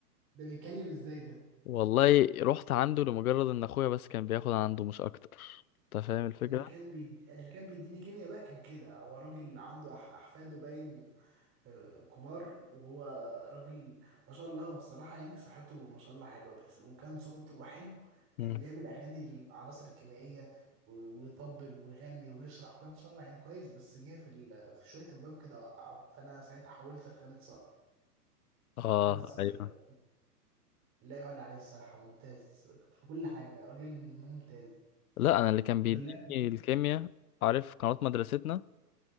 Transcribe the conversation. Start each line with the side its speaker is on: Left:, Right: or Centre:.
Right: ده بيتكلم ازاي ده
Left: والله رحت عنده لمجرد ان اخويا بس كان بياخد عنده مش اكتر انت فاهم الفكرة
Right: أنا اللي كان بيد... أنا اللي كان بيديني كيمياء بقى كان كده هو راجل عنده أح... احفاده باين آه، كبار وهو راجل ما شاء الله هو الصراحة يعني صحته ما شاء الله حلوة بس وكان صوته حلو كان
Left: مم.
Right: بيعمل أغاني للعناصر الكيميائية و- ويطبل ويغني ويشرح وكان شرح يعني كويس بس جه في, ال- في شوية أبواب كده وقع فأنا ساعتها حولت لخالد صقر
Left: اه
Right: خالد صقر
Left: ايوه
Right: آه، لا يعلى عليه الصراحة ممتاز في كل حاجة راجل ممتاز
Left: لا انا اللي كان بيديني
Right: الولاد
Left: الكيمياء عارف قناة مدرستنا